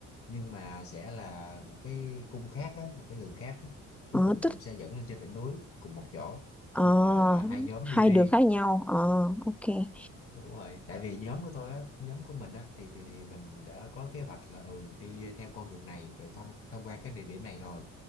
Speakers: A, on the left (about 45°); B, in the centre.
A: nhưng mà sẽ là một cái cung khác á, một cái đường khác á. cuối
B: ờ,
A: cùng
B: tức
A: cũng sẽ dẫn lên trên đỉnh núi cùng một chỗ
B: ờ,
A: nhưng mà là hai nhóm đi
B: hai
A: riêng
B: đường khác nhau. Ờ, ok.
A: đúng rồi tại vì nhóm của tôi á nhóm của mình á thì thì thì mình đã có kế hoạch là ừ đi theo con đường này rồi thông thông qua cái địa điểm này rồi